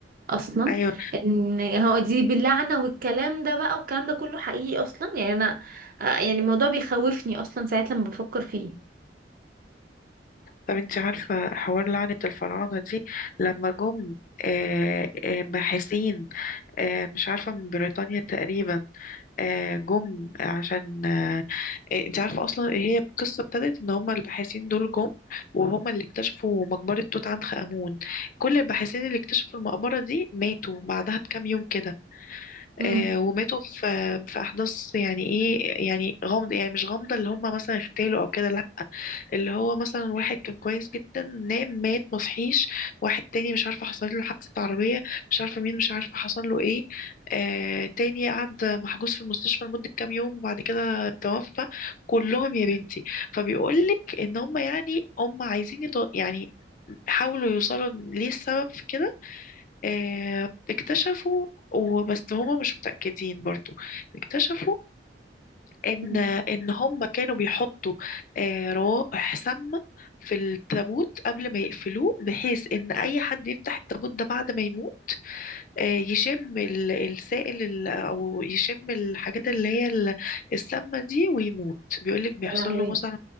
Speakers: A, on the right (about 50°); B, on the left (about 45°).
A: اصلا
B: أيوة
A: ان هو دي باللعنه والكلام ده بقى والكلام ده كله حقيقي اصلا يعني انا آه، يعني الموضوع بيخوفني اصلا ساعات لما بفكر فيه
B: طب انت عارفة حوار لعنة الفراعنة دي لما جم آه، آه، باحثين آه، مش عارفة من بريطانيا تقريبا آه، جم عشان آه، آه، انت عارفة أصلا هي القصة ابتدت إن هما الباحثين دول جم وهما اللي اكتشفوا مقبرة توت عنخ آمون كل الباحثين اللي اكتشفوا المقبرة دي ماتوا بعدها بكام يوم كده
A: امم
B: آه، وماتوا في في احداث يعني ايه يعني غامضه يعني مش غامضه اللي هم مثلا اغتالوا او كده لا اللي هو مثلا واحد كان كويس جدا نام مات مصحيش واحد تاني مش عارفه حصل له حادثه عربيه مش عارفه مين مش عارفه حصل له ايه آه تاني قعد محجوز في المستشفى لمده كام يوم وبعد كده توفى كلهم يا بنتي فبيقول لك ان هم يعني هم عايزين يط- يعني حاولوا يوصلوا ليه السبب في كده آه، اكتشفوا وبس هما مش متأكدين برضو اكتشفوا ان
A: مم.
B: ان هما كانوا بيحطوا آه، روائح سامة في التابوت قبل ما يقفلوه بحيث ان اي حد يفتح التابوت ده بعد ما يموت آه، يشم ال- السائل ال- او يشم الحاجات اللي هي ال- السامه دي ويموت بيقولك بيحصل
A: يا لهوي
B: له مثلا